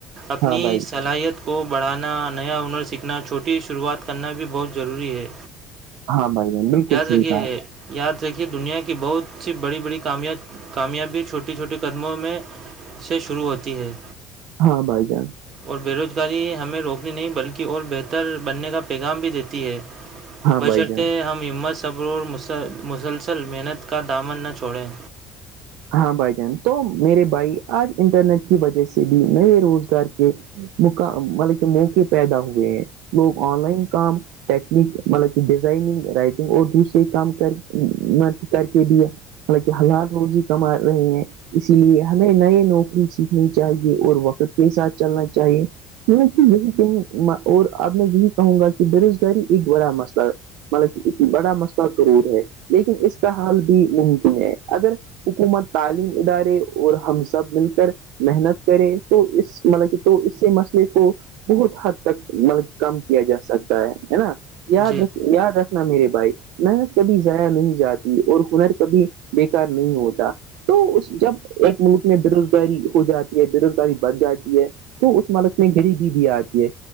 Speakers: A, on the right (about 45°); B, on the right (about 80°).
A: اپنی
B: ہاں بھائی
A: صلاحیت کو کو بڑھانا نیا ہنر سیکھنا چھوٹی شروعات کرنا بھی بہت ضروری ہے
B: ہاں بھائی جان بالکل
A: یاد
B: صحیح
A: رھیے
B: کہا
A: یاد رکھیے دنیا کی بہت سی بڑی بڑی کامیابی چھوٹی چھوٹی چھوٹی قدموں میں سے شروع ہوتی ہے
B: ہاں بھائی جان
A: اور بےروزگاری ہمیں روکنی نہیں بلکہ اور بہتر بننے کا پیغام بھی دیتی ہے
B: ہاں
A: بشرتے
B: بھائی جان
A: ہمت صبرور مسلسل محنت کا دامن نہ چھوڑیں
B: ہاں بھائی جان تو میرے بھائی آج انٹرنیٹ کی وجہ سے بھی نئے روزگار کے مق مطلب کہ موقع پیدا ہوئے ہیں لوگ آن لائن کام ٹیکنیک مطلب کہ ڈیزائننگ رائٹنگ اور دوسرے کام کر کر کے بھی مط کہ حالات روز ہی کم آ رہے ہیں اس لیے ہمیں نئے نوکری سیکھنی چاہیے اور وقت کے ساتھ چلنا چاہیے کی یہی کہ اور اب میں یہی کہوں گا کہ بے روزگاری ایک بڑا مسئلہ ہے مطلب بڑا مسئلہ ضرور ہے لیکن اس کا حال بھی ممکن ہے اگر حکومت تعلیم ادارے اور ہم سب مل کر محنت کریں تو اس مطلب کہ تو اس سے مسئلے کو بہت حد تک مطلب کم کیا جا سکتا ہے ہے نا یاد
A: جی
B: ر یاد رکھ میرے بھائی محنت کبھی ضائیا نہیں جاتی اور ہنر کبھی بےیکار نہیں ہوتا تو اس جب ایک ملک میں بے روزگاری ہو جاتی ہے بے روزگاری بڑھ جاتی ہے تو اس مالک میں غریبی بھی آتی ہے